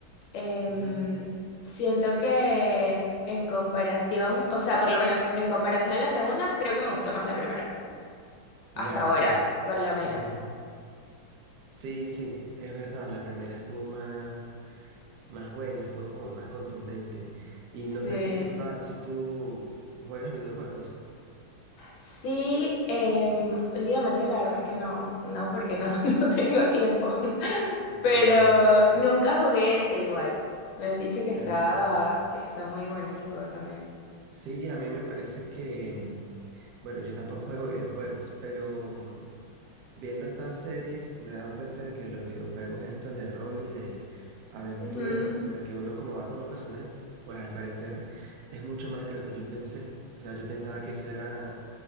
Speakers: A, on the left (about 75°); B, on the right (about 80°).
A: Em,
B: Ujú.
A: siento que en comparación, o sea, por lo menos en comparación a la segunda, creo que me gustó más la primera, hasta
B: Ya,
A: ahora,
B: sí.
A: por lo menos.
B: Ujú. Sí, sí, es verdad, la primera estuvo más, más buena, estuvo como más contundente. Y
A: Sí.
B: no sé si tú, ah, si tú juegas videojuegos.
A: Sí, em, últimamente la verdad es que no, no, porque no, <laughs> no tengo tiempo, <laughs> pero
B: Claro.
A: nunca jugué ese igual. Me han dicho que está,
B: Ajá.
A: que está muy bueno el juego también.
B: Sí, a mí me parece que, mm, bueno, yo tampoco juego videojuegos, pero mm, viendo esta serie me he dado cuenta de que los videojuegos estos de rol y de aventura,
A: Ujú,
B: en la que uno como va con un personaje, pues al parecer es mucho más de lo que yo pensé. O sea, yo pensaba que eso era